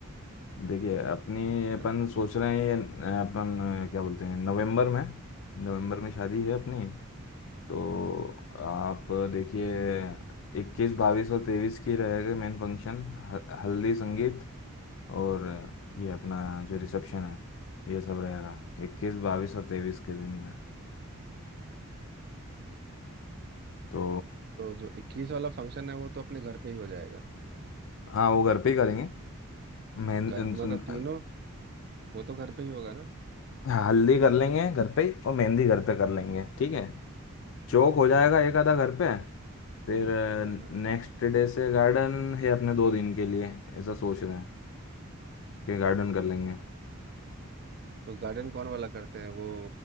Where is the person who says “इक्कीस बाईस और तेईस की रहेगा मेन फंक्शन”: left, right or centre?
Left